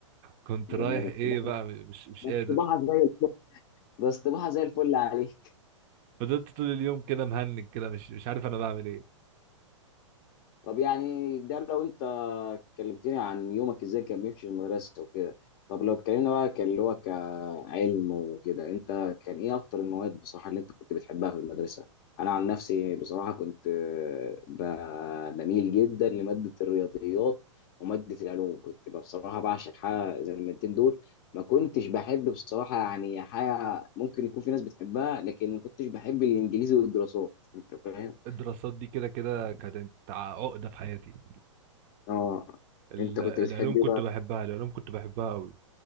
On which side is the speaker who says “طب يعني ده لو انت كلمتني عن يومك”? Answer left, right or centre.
Left